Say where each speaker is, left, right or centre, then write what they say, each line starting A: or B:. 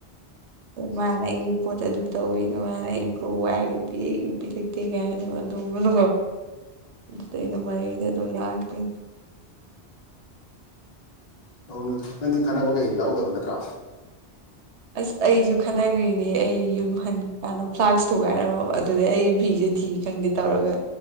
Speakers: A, on the right (about 80°); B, on the left (about 40°).
A: ꯃꯥꯅ ꯏ ꯄꯣꯠꯇꯗꯨ ꯇꯧ ꯃꯥꯅ ꯏ ꯐꯣꯏꯒ ꯄꯤꯔꯛꯏ ꯄꯤꯔꯛꯇꯦ ꯀꯥꯏꯅ ꯑꯗꯨ ꯑꯗꯨ ꯀꯔꯦ ꯒ ꯃꯒ ꯑꯗꯨꯝ ꯂꯥꯛꯀꯦ
B: ꯧ ꯅꯪꯗꯤ ꯈꯟꯅꯅꯕ ꯀꯩꯀꯩ ꯌꯥꯎꯗꯕ ꯅꯠꯇ꯭ꯔꯥ
A: ꯑꯁ ꯑꯩꯁꯨ ꯈꯠꯟꯅꯈ꯭ꯅꯦ ꯑꯩ ꯌꯨꯝ ꯍꯟ ꯀꯥꯟꯗ ꯐ꯭ꯂꯥꯛꯁ ꯊꯨꯒꯥꯏꯔꯝꯃꯕ ꯑꯗꯨꯗꯩ ꯑꯩ ꯐꯤꯁꯦ ꯊꯤ ꯈꯪꯗꯦ ꯇꯧꯔꯒ